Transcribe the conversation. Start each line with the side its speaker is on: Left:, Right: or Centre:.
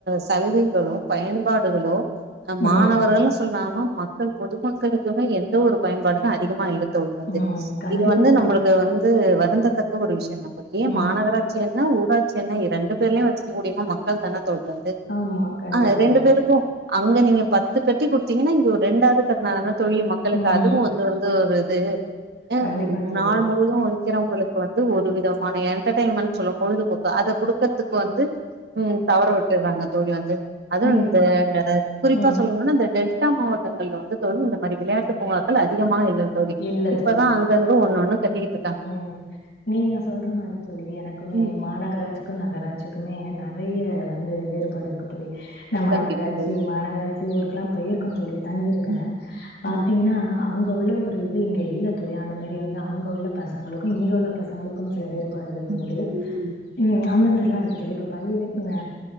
Right: சலுகைகளு பயன்பாடுகளோ அ மாணவரள்னு
Left: ம்.
Right: சொல்லாம மக் கள் பொதுமக்களுக்குமே எந்த ஒரு பயன்பாடுன்னா அதிகமா இல்ல தோழி வந்து
Left: ம். கண்டிப்பா
Right: இது வந்து
Left: தோழி.
Right: நம்ளுக்கு வந் து வருந்தத்தக்க ஒரு விஷ்யந்தா தோழி ஏ
Left: ம்.
Right: மாநகர ஆட்சி என்ன ஊராட்சி என்ன இரண்டு பேர்லேயு வச்சுக்கூடியவங்க மக்கள் தான தோழி வந்து
Left: ஆமா கண்டிப்பாக.
Right: ஆ ரெண்டு பேருக்கும் அங்க நீங்க பத்து கட்டி குடுத்தீங்கன்னா இங்க ஒரு ரெண்டாவது கட்னா தான தோழி மக்களுக்கு
Left: ம்.
Right: அதுவு வந்து வந்து ஒரு இது ஆ
Left: கண்டிப்பா தோழி.
Right: நாள் முழுவதும் வ க்கிறவங்களுக்கு வந்து ஒரு விதமான என்டர்டெயின்மென்ட் சொல்ல பொழுதுபோக்கு அத குடுக்கறதுக்கு வந்து ம் தவற விட்டுர்றாங்க தோழி வந்து அதுவு
Left: நீங்க
Right: இந்த
Left: ஸ்
Right: குறிப்பா
Left: ம்.
Right: சொல்லுங்கன்னா இந்த டெல்டா மாவட் டங்கள்ல வந்து தோழி இந்த மாரி விளையாட்டு பூங்காக்கள் அதிகமா இல்ல தோழி
Left: இல்ல
Right: இப்பதா
Left: தோழி.
Right: அங் க்ங்க ஒன்னு ஒன்னு கட்டிக்கிட்
Left: ம் நீங்க சொல்ற மாரி தோழி எனக்குமே
Right: ம்
Left: மாநகராட்சிக்கும் நகராட்சிக்குமே நா நெறைய
Right: ம்
Left: வந்து வேறுபாடு இருக்கு தோழி நா மாநகராட்சி
Right: கண்டிப்பா தோழி
Left: மாநகராட்சி ஊருக்கெல்லா போயிருக்க தோழி தங்கிருக்க
Right: ம்
Left: பாத்தீங்கன்னா
Right: ம்
Left: அங் க உள்ள ஒரு இது இங்க உள்ள தோழி அந்த மாரி வந்து அங்க உள்ள பசங்களுக்கு இங்க உள்ள பசங்களுக் கும் சில வேறுபாடுகள் உண்டு
Right: ம் ம்
Left: ம் அந்த மாரி எல்லா இருக்கு தோழி இப்ப பள்ளியில இங்க